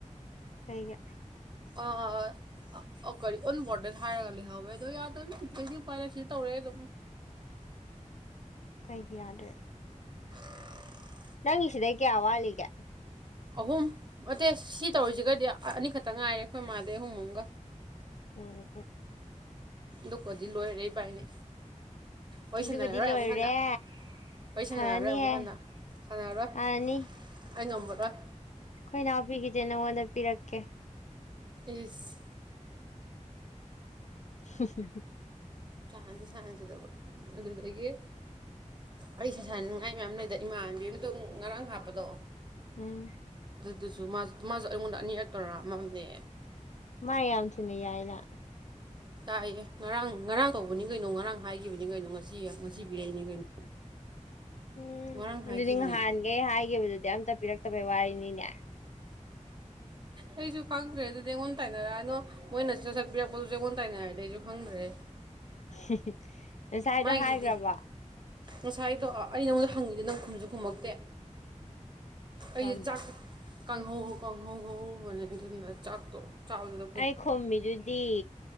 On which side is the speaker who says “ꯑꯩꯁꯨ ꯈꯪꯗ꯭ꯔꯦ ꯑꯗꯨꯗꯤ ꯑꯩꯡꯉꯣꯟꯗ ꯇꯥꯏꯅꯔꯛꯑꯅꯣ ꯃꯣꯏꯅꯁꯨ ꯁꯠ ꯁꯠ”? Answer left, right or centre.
Right